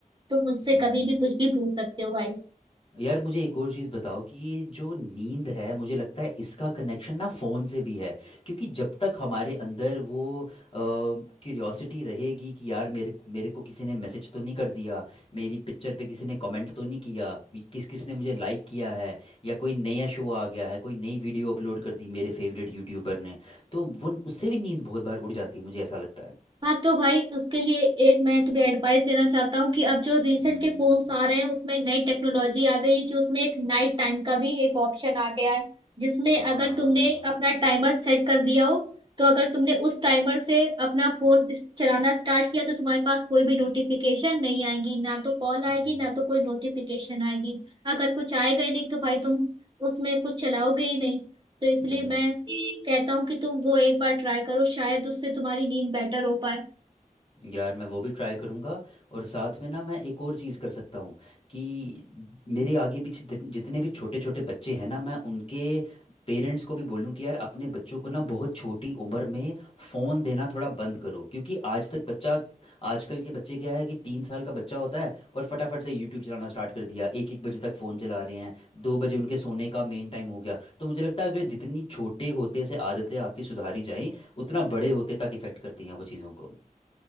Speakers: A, on the right; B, on the left.
A: तुम मुझसे
B: हम्म
A: कभी भी कुछ भी पूछ सकते हो भाई
B: यार मुझे एक और चीज़ बताओ कि ये जो नींद है मुझे लगता है इसका कनेक्शन ना फ़ोन से भी है क्योंकि जब तक हमारे अंदर वो क्यूरियोसिटी रहेगी कि यार मेरे मेरे को किसी ने मैसेज तो नहीं कर दिया मेरी पिक्चर पे किसी ने कमेंट तो नहीं किया किस किस ने मुझे लाइक किया है या कोई नया शो आ गया है कोई नई वीडियो अपलोड कर दी मेरे फेवरेट यूट्यूबर ने तो वो उससे भी नींद बहुत बार उड़ जाती है मुझे ऐसा लगता है
A: हाँ तो भाई उसके लिए एक मैं तुम्हें एडवाइस देना चाहता हूँ कि अब जो रिसेंट
B: हम्म
A: के फोन्स आ रहे हैं उसमें नई टेक्नोलॉजी आ गई है कि उसमें एक नाइट टाइम का भी एक ऑप्शन आ गया है जिसमें
B: हाँ
A: अगर तुमने अपना टाइमर सेट कर दिया हो तो अगर तुमने उस टाइमर से अपना फोन इस- चलाना स्टार्ट किया तो तुम्हारे पास कोई भी नोटिफिकेशन नहीं आएगी ना तो कॉल आएगी
B: हम्म
A: ना तो कोई नोटिफिकेशन आएगी अगर कुछ आएगा ही नहीं तो भाई तुम उसमें कुछ चलाओगे ही नहीं तो इसलिए
B: हम्म
A: मैं कहता हूँ कि तुम वो एक बार ट्राई करो शायद उससे तुम्हारी नींद बेटर हो पाए
B: यार मैं वो भी ट्राई करूँगा और साथ में ना मैं एक और चीज़ कर सकता हूँ कि मेरे आगे पीछे जित- जितने भी छोटे छोटे बच्चे हैं ना मैं उनके पेरेंट्स को भी बोलूँ कि यार अपने बच्चों को ना बहुत छोटी उम्र में फ़ोन देना थोड़ा बंद करो क्योंकि आज तक बच्चा आजकल के बच्चे क्या है कि तीन साल का बच्चा होता है और फटाफट से यूट्यूब चलाना स्टार्ट कर दिया एक एक बजे तक फ़ोन चला रहे हैं दो बजे उनके सोने का मेन टाइम हो गया तो मुझे लगता है अगर जितनी छोटे होते से आदतें आपकी सुधारी जाएं उतना बड़े होते तक इफ़ेक्ट करती हैं वो चीज़ों को